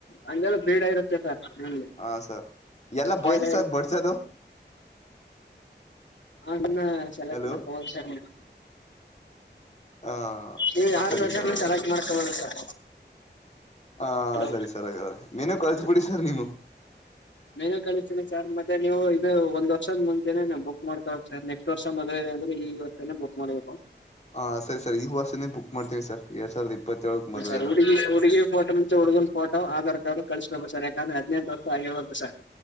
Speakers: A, on the left; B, on the left.
A: ಹಂಗೆಲ್ಲ ಬೀಡ ಇರುತ್ತೆ ಸರ್ ಹ್ಮ್.
B: ಹಾಂ ಸರ್ ಎಲ್ಲ
A: ಬೀಡ
B: ಬಾಯ್ಸೆ ಸರ್ ಬಡ್ಸದು?
A: ಅದ್ನ ಸೆಲೆಕ್ಟ್
B: ಹಲೋ
A: ಮಾಡ್ಕೊಬೋದ್ ಸರ್ ನೀವ್.
B: ಹಾಂ
A: ನೀವ್ ಯಾರ್ನ್
B: ಸರಿ
A: ಬೇಕಾರ್ನು
B: ಸರ್
A: ಸೆಲೆಕ್ಟ್ ಮಾಡ್ಕೊಬೋದು ಸರ್.
B: ಹ
A: ಹಲೋ
B: ಸರಿ ಸರ್ ಹಾಗದ್ರೆ ಮೆನು ಕಳ್ಸ್
A: ಹ
B: ಬಿಡಿ ಸರ್ ನೀವು.
A: ಮೆನು ಕಳಿಸ್ತೀನಿ ಸರ್ ಮತ್ತೆ ನೀವು ಇದು ಒಂದ್ ವರ್ಷದ ಮುಂಚೆನೆನೆ ಬುಕ್ ಮಾಡ್ತಳದ್ ಸರ್ ನೆಕ್ಸ್ಟ್ ವರ್ಷ ಮದ್ವೆ ಇದೆ ಅಂದ್ರೆ ಈ ವರ್ಷನೇ ಬುಕ್ ಮಾಡ್ಬೇಕು.
B: ಹಾ ಸರಿ ಸರ್ ಈ ವರ್ಷನೇ ಬುಕ್ ಮಾಡ್ತೀವಿ ಸರ್. ಎರಡ್ ಸಾವಿರದ ಇಪ್ಪತ್ತೇಳಕ್
A: ಹು
B: ಮದುವೆ
A: ಸರ್
B: ಅಂದ್ರೆ
A: ಹುಡುಗಿ ಹುಡುಗಿ ಫೋಟೋ ಮತ್ತೆ ಹುಡುಗನ್ ಫೋಟೋ ಆಧಾರ್ ಕಾರ್ಡ್ ಕಳಿಸ್ಬೇಕು ಸರ್ ಯಾಕಂದ್ರೆ ಹದ್ನೆಂಟ್ ವರ್ಷ ಆಗಿರ್ಬೇಕು ಸರ್.